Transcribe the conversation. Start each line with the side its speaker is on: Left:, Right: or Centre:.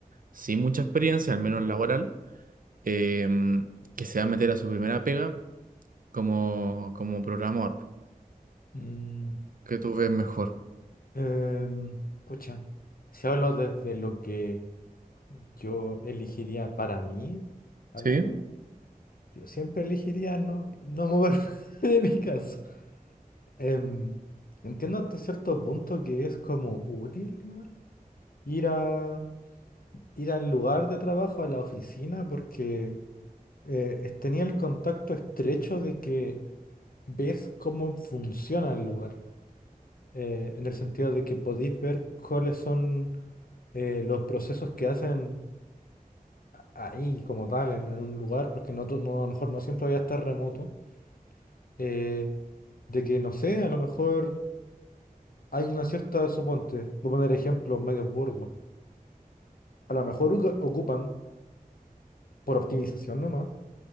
Right: sin mucha experiencia, al menos laboral, em, que se va a meter a su primera pega como, como programador?
Left: Mm,
Right: ¿Qué tú ves mejor?
Left: em, pucha, si hablo desde lo que yo elegiría para mí, al
Right: Sí,
Left: menos, yo siempre elegiría no, no moverme <laughs> de mi casa. Em, entiendo hasta cierto punto que es como útil igual ir a, ir al lugar de trabajo, a la oficina, porque... eh, es- tenía el contacto estrecho de que ves cómo funciona el lugar, eh, en el sentido de que podéis ver cuáles son eh, los procesos que hacen ahí como tal, en, en un lugar, porque no, to- no, a lo mejor no siempre voy a estar remoto, eh, de que no sé, a lo mejor hay una cierta, suponte, voy a poner ejemplos medio burdos, a lo mejor uca- ocupan, por optimización nomás,